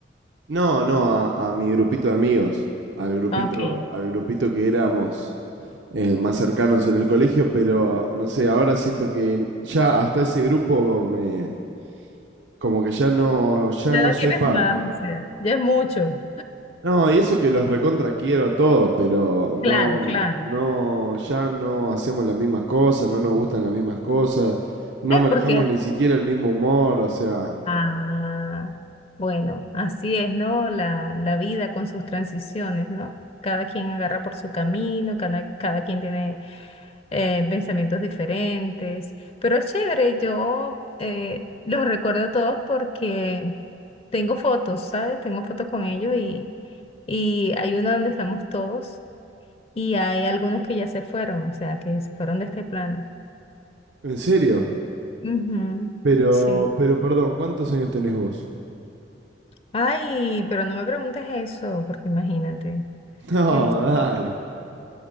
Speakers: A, on the right; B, on the left.
A: No, no, a, a mi grupito de amigos, al grupito,
B: Ok.
A: al grupito que éramos eh, más cercanos en el colegio, pero no sé, ahora siento que ya hasta ese grupo me... como que ya no, ya
B: Ya
A: no
B: no
A: soy
B: quieres
A: parte.
B: más, o sea, ya es mucho.
A: No, y eso que los recontra quiero a todos, pero no,
B: Claro, claro.
A: no, ya no hacemos las mismas cosas, no nos gustan las mismas cosas, no
B: Es
A: manejamos
B: porque, el-
A: ni siquiera el mismo humor, o sea,
B: ah, bueno, así es, ¿no? La, la vida con sus transiciones, ¿no? Cada quien agarra por su camino, cada, cada quien tiene eh, pensamientos diferentes, pero es chévere, yo eh, los recuerdo todos porque tengo fotos, ¿sabes? Tengo fotos con ellos y, y hay una donde estamos todos y hay algunos que ya se fueron, o sea, que se fueron de este plano.
A: en serio.
B: Ujú,
A: Pero,
B: sí.
A: pero perdón, ¿cuántos años tenés vos?
B: Ay, pero no me preguntes eso, porque imagínate.
A: <laughs> No,
B: Este,
A: dale.